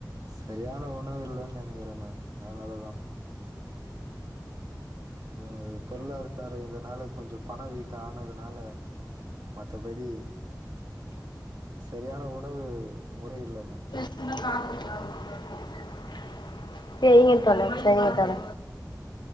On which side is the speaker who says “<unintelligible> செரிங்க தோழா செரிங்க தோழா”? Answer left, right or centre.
Left